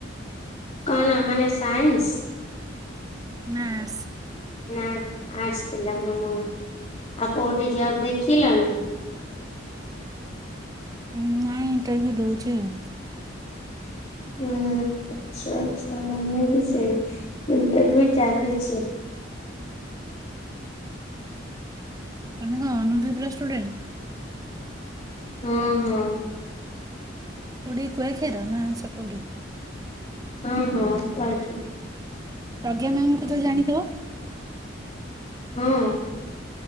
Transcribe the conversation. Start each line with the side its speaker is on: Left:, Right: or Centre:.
Left: କଣ ମାନେ ସାଇନ୍ସ?
Right: ନା, ଆର୍ଟ୍ସ
Left: ନା, ଆର୍ଟ୍ସ ଥିଲା <unintelligible> ଆଉ କୋଉଠି ଜବ୍ ଦେଖିଲଣି?
Right: ନା ଇଣ୍ଟରଭି୍ୟୁ ଦଉଛି ଆଉ।
Left: ହୁଁ, ଆଚ୍ଛା! ଆଚ୍ଛା! ମୁଁ ବି ସେଇ ଇଣ୍ଟରଭି୍ୟୁ ଚାଲିଛି
Right: ତମେ କଣ ଅନୁଦୀପର ଷ୍ଟୁଡେଣ୍ଟ୍?
Left: ହଁ, ହଁ
Right: କୋଡିି କୁଆଖିଆର ନା ସ କଉଠି?
Left: ହଁ, ହଁ କୁଆଖିଆ।
Right: ପ୍ରଜ୍ଞା ମ୍ୟାାମ ଙ୍କୁ ତ ଜାଣିଥିବ।
Left: ହଁ।